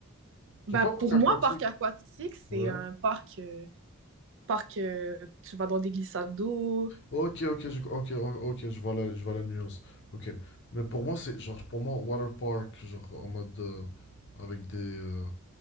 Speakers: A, on the right (about 55°); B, on the left (about 55°).
A: Bah,
B: Genre pas parc
A: pour
B: aquatique.
A: moi, parc aquatique, c'est
B: Ouais.
A: un parc, euh, parc euh, tu vas dans des glissades d'eau,
B: Ok, ok, je, ok, o- ok, je vois la, je vois la nuance. Ok. Mais pour moi, c'est genre, pour moi, water park, genre en mode euh, avec des. euh,